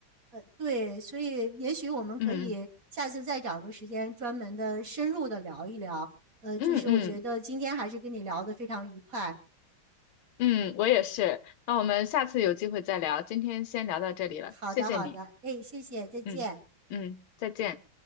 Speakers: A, on the right (about 45°); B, on the left (about 80°).
A: 呃，对，所以也许我们可以下次再找个时间专门的深入的聊一聊。
B: 嗯
A: 呃，
B: 嗯嗯嗯
A: 就是我觉得今天还是跟你聊得非常愉快。
B: 嗯，我也是。那我们下次有机会再聊，今天先聊到这里了，
A: 好的，
B: 谢谢你。
A: 好的，哎，谢谢，再见。
B: 嗯嗯，再见。